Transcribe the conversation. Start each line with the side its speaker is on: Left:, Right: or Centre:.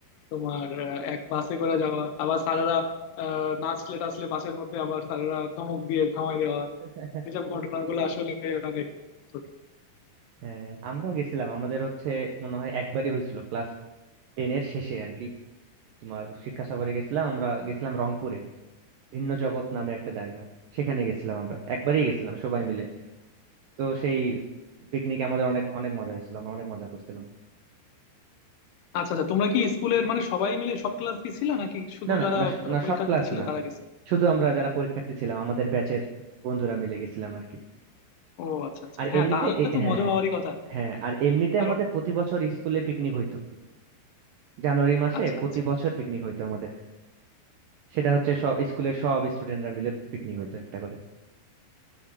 Left: তোমার আহ, এক বাসে করে যাওয়া আবার স্যারেরা আহ, নাচলে টাচলে বাসের মধ্যে আবার স্যারেরা ধমক দিয়ে থামাই দেওয়া
Right: আচ্ছা
Left: এসব ঘটনাগুলো আসলে অনেক মজার।
Right: হ্যাঁ আমরাও গেছিলাম আমাদের হচ্ছে মনে হয় একবারই হয়েছিল ক্লাস টেন এর শেষে আর কি তোমার শিক্ষা সফরে গেছিলাম আমরা গেছিলাম রংপুরে ভিন্ন জগৎ নামে একটা জায়গা সেখানে গেছিলাম আমরা একবারই গেছিলাম সবাই মিলে তো সেই পিকনিকে আমাদের অনেক অনেক মজা হয়েছিল আমরা অনেক মজা করছিলাম
Left: আচ্ছা আচ্ছা তোমরা কি স্কুলের মানে সবাই মিলে সব ক্লাস গেছিলে নাকি শুধু
Right: না না
Left: যারা
Right: না
Left: আহ,
Right: স- না
Left: পরীক্ষার্থী
Right: সব ক্লাস
Left: ছিল
Right: না
Left: তারা গেছিল
Right: শুধু আমরা যারা পরীক্ষার্থী ছিলাম আমাদের ব্যাচের বন্ধুরা মিলে গেছিলাম আর কি
Left: ও আচ্ছা আচ্ছা
Right: আর
Left: হ্যাঁ
Right: এমনিতে
Left: তাহলে
Right: এ-
Left: তো
Right: হ্যাঁ
Left: মজা হওয়ারই কথা
Right: হ্যাঁ আর এমনিতে
Left: কারণ
Right: আমাদের প্রতি বছর স্কুলে পিকনিক হইতো জানুয়ারি মাসে
Left: আচ্ছা
Right: প্রতি
Left: আচ্ছা
Right: বছর পিকনিক হইতো আমাদের সেটা হচ্ছে সব স্কুলের সব স্টুডেন্টরা মিলে পিকনিক হইতো একটা করে